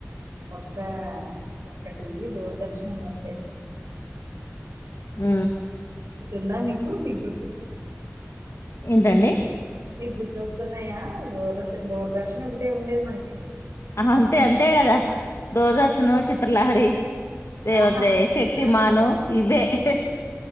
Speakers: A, on the right (about 80°); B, on the left (about 65°).
A: ఒక్క ఒక్కటి దూరదర్శనంలోంతే
B: ఉ
A: ఇస్తుందా మీకు మీకు గుర్తుస్
B: ఏంటండి
A: మీకు గుర్తుస్తున్నాయా దూరదర్స్ దూరదర్శన్ ఒకటే ఉండేది మనకి
B: అంతే అంతే కదా దూరదర్శను చిత్రలహరి లేకపోతే
A: ఆహా
B: శక్తిమాను
A: ఆ చెప్ప
B: ఇవే